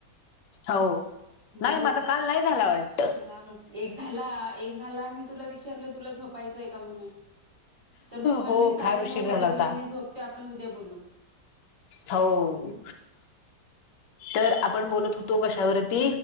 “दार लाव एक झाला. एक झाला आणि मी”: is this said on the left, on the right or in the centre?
Right